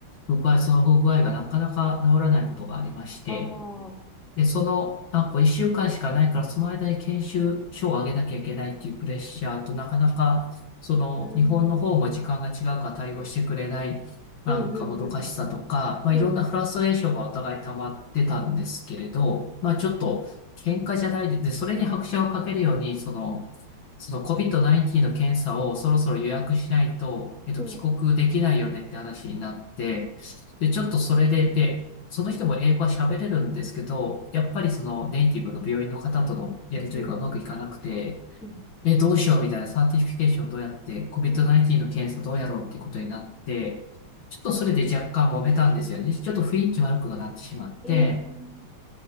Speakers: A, on the left; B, in the centre.
A: 不具合、その不具合がなかなか治らないことがありまして、
B: ああ。
A: で、その、なんか1週間しかないから、その間に研修書を上げなきゃいけないっていうプレッシャーと、なかなか、その、
B: うん。
A: 日本の方も時間が違うから対応してくれない、
B: うんうんうん
A: なんかもどかしさとか、まあ、
B: うん。
A: いろんなフラストレーションがお互い溜まってたんですけれど、
B: はい。うんう
A: まあ、ちょっと、喧嘩じゃないで、でそれに拍車をかけるように、その、その COVID-19 の検査をそろそろ予約しないと、えっと、
B: んはい。
A: 帰国できないよねって話になって、で、ちょっとそれで、で、その人も英語は喋れるんですけど、やっぱりそのネイティブの病院の方とのやり取りがうまくいかなくて、
B: うん。うん。
A: え、どうしようみたいなサーティフィケーションどうやって、COVID-19
B: うん。
A: の検査どうやろうっていうことになって、ちょっとそれで若干揉めたんですよね。ちょっと雰囲気悪くなってしまって、
B: えー。